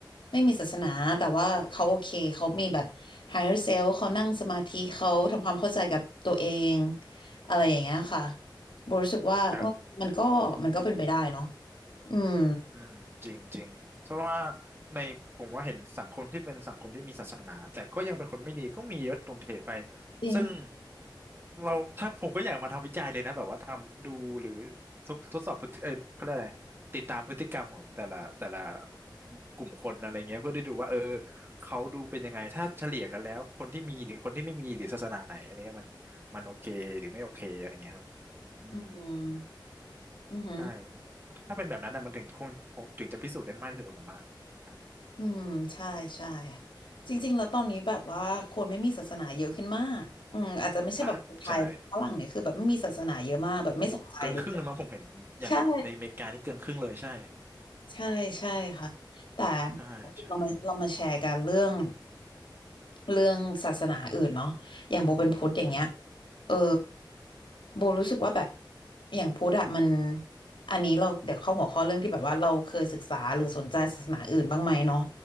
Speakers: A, on the left; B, on the right.
A: ไม่มีศาสนาแต่ว่าเขาโอเคเขามีแบบ higher self เขานั่งสมาธิเขาทำความเข้าใจกับตัวเองอะไรอย่างเงี้ยค่ะโบรู้สึกว่าเออมันก็มันก็เป็นไปได้เนาะ
B: ครับ
A: อืม
B: อืมจริงจริงเพราะว่าในผมว่าเห็นสังคมที่เป็นสังคมที่มีศาสนาแต่ก็ยังเป็นคนไม่ดีก็มีเยอะตรงเถไป
A: จริง
B: ซึ่งเราถ้าผมก็อยากมาทำวิจัยเลยนะแบบว่าทำดูหรือทดทดสอบพฤติเออเขาเรียกอะไรติดตามพฤติกรรมของแต่ละแต่ละกลุ่มคนอะไรเงี้ยเพื่อได้ดูว่าเออเขาดูเป็นยังไงถ้าเฉลี่ยกันแล้วคนที่มีหรือคนที่ไม่มีหรือศาสนาไหนอะไรเงี้ยมันมันโอเคหรือไม่โอเคอะไรเงี้ยครับอืม
A: อืมอือหือ
B: ใช่ถ้าเป็นแบบนั้นนะมันถึงคงถึงจะพิสูจน์ได้มากที่สุดอะผมว่าครับ
A: อืมใช่ใช่จริงๆแล้วตอนนี้แบบว่าคนไม่มีศาสนาเยอะขึ้นมากอืมอาจจะไม่ใช่แบบคนไทยฝรั่งเนี่ยคือแบบไม่มีศาสนาเยอะมากแบบไม่สนใจเลย
B: มากใช่โอ้เกินครึ่งเลยมั้งผมเห็นอย่างในอเมริกานี่เกินครึ่งเลยใช่
A: ใช่ ใช่ใช่ค่ะแต่
B: ใช่ใช่
A: เรามาเรามาแชร์กันเรื่องเรื่องศาสนาอื่นเนาะอย่างโบเป็นพุทธอย่างเงี้ย
B: อืม
A: เออโบรู้สึกว่าแบบอย่างพุทธอะมันอันนี้เราเดี๋ยวเข้าหัวข้อเรื่องที่แบบว่าเราเคยศึกษาหรือสนใจศาสนาอื่นบ้างไหมเนาะ